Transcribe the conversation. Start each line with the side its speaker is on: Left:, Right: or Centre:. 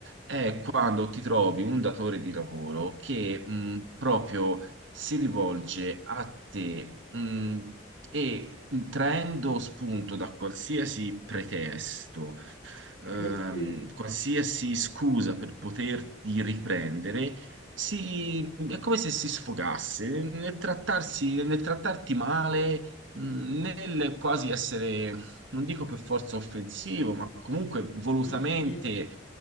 Right: è quando ti trovi un datore di lavoro che mm, proprio si rivolge a te mm, e traendo spunto da qualsiasi pretesto ehm,
Left: Sì, sì,
Right: qualsiasi scusa per poterti riprendere, si- è come se si sfogasse nel trattarsi, nel trattarti male, mh, nel quasi essere, non dico per forza offensivo, ma comunque volutamente
Left: sì, sì.